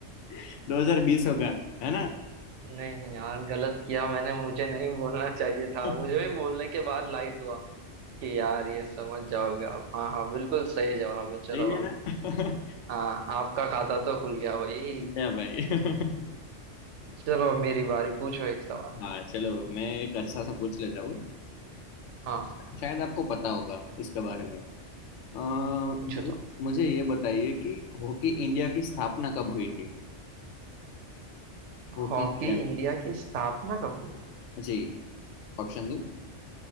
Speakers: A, on the left; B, on the right.
A: 2020 होगा है ना
B: नहीं यार गलत किया मैंने मुझे नहीं बोलना चाहिए था
A: <laughs>
B: मुझे भी बोलने के बाद लाइट हुआ कि यार ये समझ जाओगे आप हाँ हाँ बिल्कुल सही जवाब है चलो
A: सही है
B: भाई
A: ना <laughs>
B: हाँ आपका खाता तो खुल गया भाई
A: क्या भाई <laughs>
B: चलो मेरी बारी पूछो एक सवाल
A: हाँ चलो मैं एक अच्छा सा पूछ लेता हूँ
B: हाँ
A: शायद आपको पता होगा इसके बारे में अ,
B: पूछो
A: मुझे
B: तो
A: मुझे ये बताइए कि हॉकी इंडिया की स्थापना कब हुई थी Hockey
B: हॉकी
A: India
B: इंडिया की स्थापना कब हुई थी
A: जी ऑप्शन दो